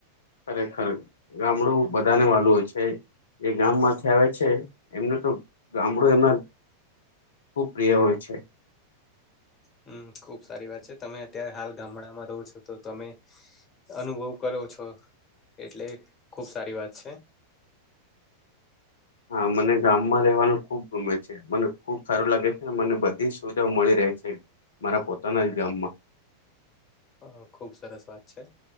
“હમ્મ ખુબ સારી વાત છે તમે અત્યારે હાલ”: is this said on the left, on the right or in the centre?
Left